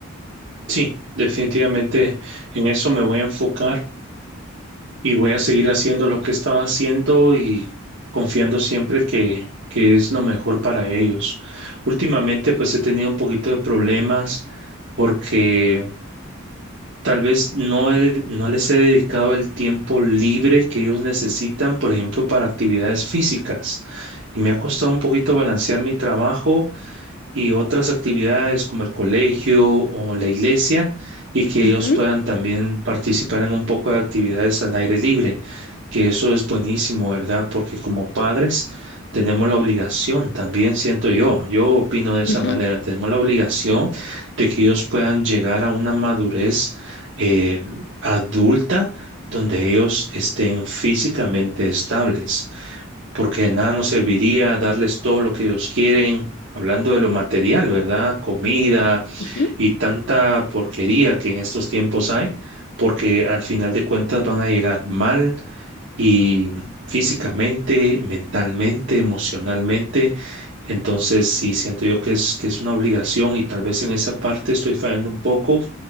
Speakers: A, on the right; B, on the left.
A: Sí, definitivamente en eso me voy a enfocar. y voy a seguir haciendo lo que estaba haciendo y confiando siempre que, que es lo mejor para ellos. Últimamente, pues he tenido un poquito de problemas porque tal vez no he- no les he dedicado el tiempo libre que ellos necesitan, por ejemplo, para actividades físicas. Y me ha costado un poquito balancear mi trabajo y otras actividades como el colegio o la iglesia y que
B: Ujú,
A: ellos puedan también participar en un poco de actividades al aire libre, que eso es buenísimo, ¿verdad? Porque como padres tenemos la obligación, también siento yo, yo opino de esa
B: ujú,
A: manera, tenemos la obligación de que ellos puedan llegar a una madurez eh, adulta donde ellos estén físicamente estables porque de nada nos serviría darles todo lo que ellos quieren, hablando de lo material, ¿verdad? Comida
B: ujú.
A: y tanta porquería que en estos tiempos hay, porque al final de cuentas van a llegar mal y físicamente, mentalmente, emocionalmente. Entonces, sí, siento yo que es, que es una obligación y tal vez en esa parte estoy fallando un poco.